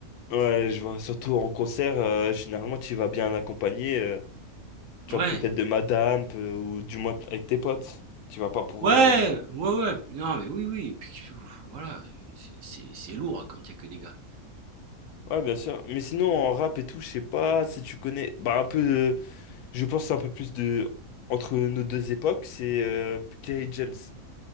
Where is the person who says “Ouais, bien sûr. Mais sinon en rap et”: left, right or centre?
Left